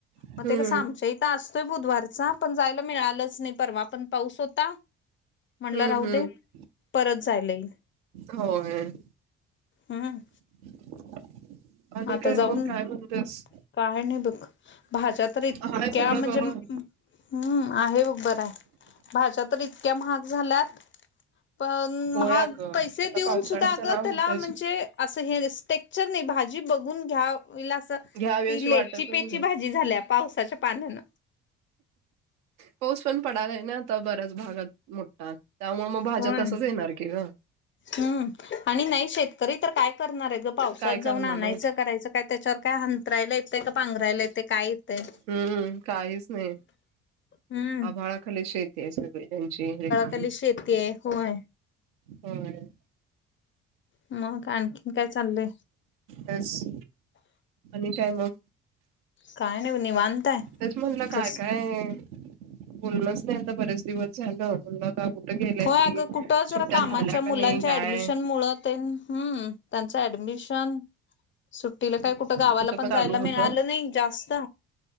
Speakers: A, on the right; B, on the left.
A: हम्म
B: मग ते कसं आमच्या इ इत असतोय बुधवारचा, पण जायला मिळालंच नाही परवा पण पाऊस होता. म्हणलं
A: हम्म
B: राहू
A: हम्म
B: दे, परत जायला येईल.
A: होय.
B: हम्म.
A: <inaudible>
B: आता जाऊन
A: मग काय म्हणतेस
B: काय नाही बघ, भाज्या तरी इतक्या
A: हाय सगळं
B: म्हणजे.
A: बरं
B: हम्म, आहे बग बरं ये, भाज्या तर इतक्या महाग झाल्यात. पण
A: होय
B: महाग
A: अगं
B: पैसे
A: आता
B: देऊन
A: पावसाळ्यात
B: सुद्धा, अगं
A: जरा
B: त्याला
A: होतच
B: म्हणजे. असं हे स्टेक्चर नाही भाजी बघून घ्याव, अस ती
A: घ्यावी अशी वाटतच
B: लेची पेची
A: नाही
B: भाज जी झाल्या पावसाच्या पाण्यान.
A: पाऊस पण पडाला आहे ना, आता बऱ्याच भागात मोठा त्यामुळे मग. भाज्या
B: होय
A: तसंच येणार की गं.
B: हम्म, आणि नाही शेतकरी तर काय करणार येत. जर पावसात
A: काय करणार
B: जाऊन आणायचं
A: आहेत
B: करायचं, काय त्याच्यावर काय हंतरायला येतंय, का पांघरायला येते काय येतंय.
A: हम्म काहीच नाही.
B: हम्म
A: आभाळखाली शेती आहे, सगळी त्यांची रेखा
B: खाली शेती आहे होय.
A: होय.
B: मग आणखीन काय चाललंय.
A: अस. ठीक हाय मग.
B: काय नाही बग निवांत आहे.
A: तेच म्हणलं काय
B: जस
A: काय, बोलणच नाही आता बरेच दिवस झालं म्हणलं. आता कुठं गेल्या
B: हो अग,
A: ही
B: कुठ
A: सुट्ट्या
B: जरा कामाच्या
A: झाल्या का नाही
B: मुलांच्या
A: काय
B: ऍडमिशन मुळ तेन, हम्म. त्यांचं ऍडमिशन.
A: <inaudible>
B: सुट्टीला काय कुठं गावाला
A: आमचं
B: पण
A: चालू
B: जायला
A: होत
B: मिळालं नाही जास्त.